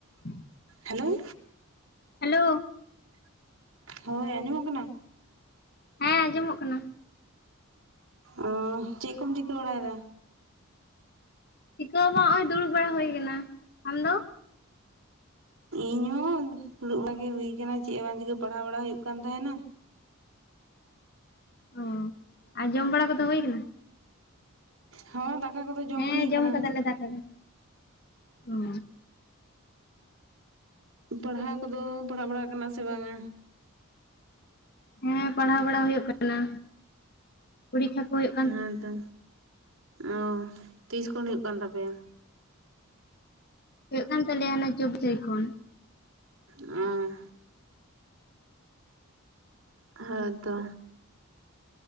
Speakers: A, on the left; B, on the right.
A: ᱦᱚᱸ
B: hello
A: hello
B: ᱦᱳᱭ ᱟᱸᱡᱚᱢᱚᱜ ᱠᱟᱱᱟ᱾
A: ᱦᱮᱸ ᱟᱸᱡᱚᱢᱚᱜ ᱠᱟᱱᱟ᱾
B: ᱚ ᱪᱮᱫ ᱠᱚᱢ ᱪᱤᱠᱟᱹ ᱵᱟᱲᱟᱭᱮᱫᱟ
A: ᱪᱤᱠᱟᱹ ᱦᱚᱸ ᱵᱟᱝ, ᱱᱚᱜᱼᱚᱭ ᱫᱩᱲᱩᱵ ᱵᱟᱲᱟ ᱦᱩᱭ ᱟᱠᱟᱱᱟ᱾ ᱟᱢ ᱫᱚ?
B: ᱤᱧᱦᱚᱸ ᱫᱩᱲᱩᱵ ᱵᱟᱲᱟᱜᱮ ᱦᱩᱭ ᱟᱠᱟᱱᱟ, ᱪᱮᱫ ᱮ ᱵᱟᱝ ᱪᱤᱠᱟᱹ ᱯᱟᱲᱦᱟᱣ ᱵᱟᱲᱟ ᱦᱩᱭᱩᱜ ᱠᱟᱱ ᱛᱟᱦᱮᱸᱱᱟ᱾
A: ᱚ ᱟᱨ ᱡᱚᱢ ᱵᱟᱲᱟ ᱠᱚᱫᱚ ᱦᱩᱭ ᱟᱠᱟᱱᱟ
B: ᱦᱮᱸ ᱫᱟᱠᱟ ᱠᱚᱫᱚ ᱡᱚᱢ
A: ᱦᱮᱸ
B: ᱦᱩᱭ ᱠᱟᱱᱟ᱾
A: ᱠᱟᱫᱟᱞᱮ ᱫᱟᱠᱟ ᱫᱚ᱾ ᱚ
B: ᱯᱟᱲᱦᱟᱣ ᱠᱚᱫᱚ ᱯᱟᱲᱦᱟᱣ, ᱯᱟᱲᱦᱟᱜ ᱵᱟᱲᱟᱜ ᱠᱟᱱᱟ ᱥᱮ ᱵᱟᱝ-ᱟ?
A: ᱦᱮᱸ ᱯᱟᱲᱦᱟᱣ ᱵᱟᱲᱟ ᱦᱩᱭᱩᱜ ᱠᱟᱱᱟ ᱯᱚᱨᱤᱠᱷᱟ ᱠᱚ ᱦᱳᱭᱳᱜ
B: ᱦᱮᱸᱛᱚ ᱚᱻ ᱛᱤᱥ ᱠᱷᱚᱱ ᱦᱩᱭᱩᱜ ᱠᱟᱱ ᱛᱟᱯᱮᱭᱟ᱾
A: ᱦᱩᱭᱩᱜ ᱠᱟᱱ ᱛᱟᱞᱮᱭᱟ ᱚᱱᱟ ᱪᱚᱵᱽᱵᱤᱥ ᱛᱟᱨᱤᱠᱷ ᱠᱷᱚᱱ
B: ᱚᱸ ᱦᱮ ᱛᱚ